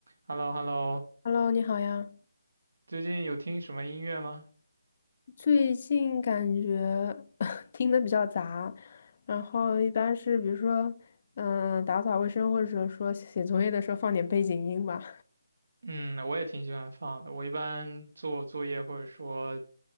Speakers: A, on the right; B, on the left.
A: h e l l o h e l l o
B: Hello，你好呀。
A: 最近有听什么音乐吗？
B: 最近感觉 <laughs> 听的比较杂，然后一般是比如说，嗯、打扫卫生或者说写作业的时候放点背景音吧。
A: 嗯，我也挺喜欢放的。我一般做作业或者说